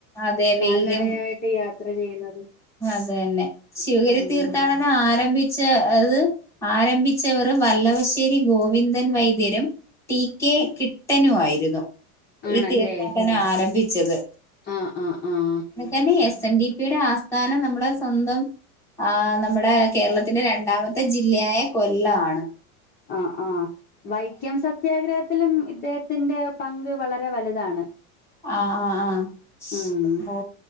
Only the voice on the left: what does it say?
കാൽനടയായിട്ട് യാത്ര ചെയ്യുന്നത്
ഉം
ആണല്ലേ
ആഹ് ആഹ് ആഹ്
ആഹ് ആഹ് വൈക്കം സത്യാഗ്രഹത്തിലും ഇദ്ദേഹത്തിന്റെ പങ്ക് വളരെ വലുതാണ്
ഉം